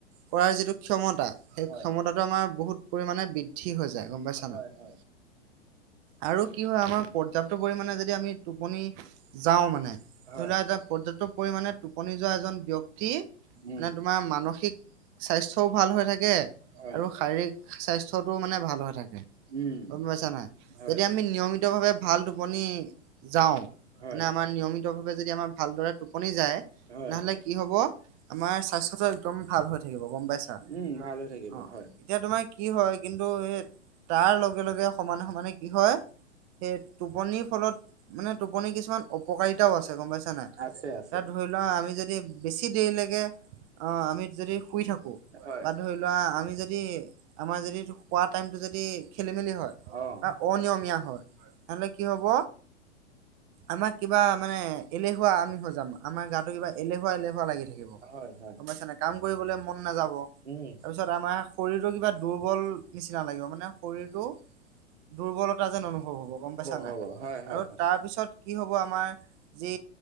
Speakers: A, on the right (about 30°); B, on the right (about 70°).
A: কৰাৰ যিটো ক্ষমতা সেই
B: হয়
A: ক্ষমতাটো আমাৰ বহুত পৰিমণে বৃদ্ধি হৈ যায় গম পাইছা
B: হয়
A: নাই।
B: হয়
A: আৰু কি হয় আমাৰ পৰ্যাপ্ত পৰিমাণে যতিয়া আমি টোপনি যাওঁ মানে। ধৰি
B: হয়
A: লোৱা এটা পৰ্যাপ্ত পৰিমমানে টোপনি যোৱা এজন ব্যক্তি
B: উম
A: মানে তোমাৰ মানসিক স্বাস্থ্যও ভাল হৈ থাকে
B: হয়,
A: আৰু শাৰীৰিক স্বাস্থ্যটো মানে ভাল হৈ থাকে
B: উম,
A: গম পাইছা নাই
B: হয়,
A: যদি আমি নিয়মিত ভাৱে ভাল টোপনি যাওঁ
B: হয়,
A: মানে আমাৰ নিয়মিতভাৱে যদি আমাৰ ভালদৰে টোপনি যায়
B: হয়,
A: তেনেহ'লে
B: হয়।
A: কি হ'ব আমাৰ স্বাস্থ্যটো একদম ভাল হৈ থাকিব গম পাইছা। অ',
B: উম, ভাল হৈ থাকিব হয়,
A: এতিয়া তোমাৰ কি হয় কিন্তু সে তাৰ লগে লগে সমানে সমানে কি হয় সেই টোপনিৰ ফলত মানে টোপনি কিছুমান অপকাৰিতাও আছে গম পাইছা নাই।
B: আছে আছে।
A: তাত ধৰি লোৱা আমি যদি বেছি দেৰিলৈকে অ', আমি যদি শুই থাকো
B: হয়,
A: বা ধৰি লোৱা আমি যদি আমাৰ যদি শুৱা টাইমটো যদি খেলি মেলি হয়
B: অ',
A: বা অনিয়মীয়া হয় তেনহলে কি হ'ব আমাক কিবা মানে এলেহুৱা আমি হৈ যাম আমাৰ গাটো কিবা এলেহুৱা এলেহুৱা লাগি থাকিব
B: হয়, হয়,
A: গম পাইছ নাই। কাম কৰিবলৈ মন নাযাব
B: উম,
A: তাৰপিছত আমাৰ শৰীৰটো কিবা দুৰ্বল নিচিনা লাগিব মানে শৰীৰটো দুৰ্বলতা যেন অনুভৱ হ'ব গম পাইছা
B: হ'ব
A: নাই
B: হয়, হয়,
A: আৰু
B: হয়,
A: তাৰপিছত কি হ'ব আমাৰ যি